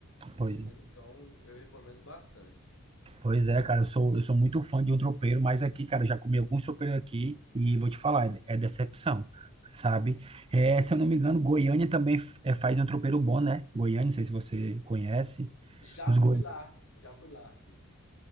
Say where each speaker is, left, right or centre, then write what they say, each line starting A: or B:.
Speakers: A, on the left; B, on the right.
A: entendeu?
B: Pois é.
A: Então, eu recomendo bastante.
B: Pois é, cara, eu sou, eu sou muito fã de um tropeiro, mas aqui, cara, eu já comi alguns tropeiros aqui e vou te falar, é, é decepção, sabe? É, se eu não me engano, Goiânia também f- é, faz um tropeiro bom, né? Goiânia, não sei se você conhece,
A: Já
B: os
A: fui
B: goi...
A: lá, já fui lá, assim.